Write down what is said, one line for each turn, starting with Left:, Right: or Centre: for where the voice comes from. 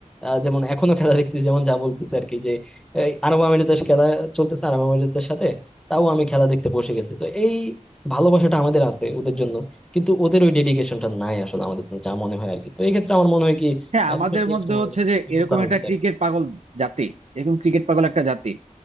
Centre: আহ, যেমন এখনো খেলা দেখতেছি যেমন যা বলতেছে আর কি যে এই আরব আমিরাতের খেলা চলতেছে আরব আমিরাতের সাথে তাও আমি খেলা দেখতে বসে গেছি তো এই ভালোবাসাটা আমাদের আছে ওদের জন্য কিন্তু ওদের ওই ডেডিকেশনটা নাই আসলে আমাদের জন্য, যা মনে হয় আর কি তো এই ক্ষেত্রে আমার মনে হয় কি
Right: হ্যাঁ
Centre: আহ,
Right: আমাদের
Centre: এক্ষেত্রে
Right: মধ্যে
Centre: আসলে আমাদের
Right: হচ্ছে যে
Centre: সুযোগ
Right: এরকম
Centre: করা
Right: একটা
Centre: উচিত
Right: ক্রিকেট
Centre: আর কি
Right: পাগল জাতি এরকম ক্রিকেট পাগল একটা জাতি